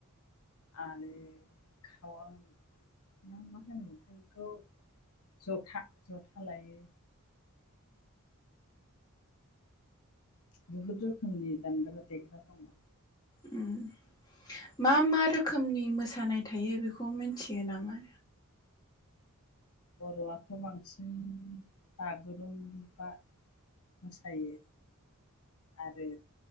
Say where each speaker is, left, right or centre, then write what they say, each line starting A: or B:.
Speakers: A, on the left (about 80°); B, on the left (about 20°).
A: आरो खावां ना मा होनोमथाय बेखौ जथा जथा लायो बुहुद रोखोमनि दानग्रा देग्रा दङ
B: उम मा मा रोखोमनि मोसानाय थायो बेखौ मिनथियो नामा
A: बर'आथ' बांसिन बागुरुम्बा मोसायो आरो